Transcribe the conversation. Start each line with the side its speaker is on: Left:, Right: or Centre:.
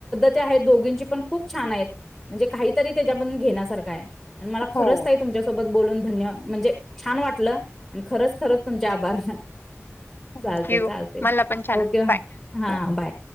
Centre: दोघ पण खूप छान म्हणजे काहीतरी त्याच्या घे मला खच
Left: हो
Centre: तम सोबत बोलून धन्य म्हणजे छान वाटलं आणि खरच खरंच तुमच्या आभार
Left: थँक्यू
Centre: चालते चालते
Left: मला पण छान
Centre: ओके
Left: वाटलं.
Centre: हा
Left: बाय हो
Centre: बाय-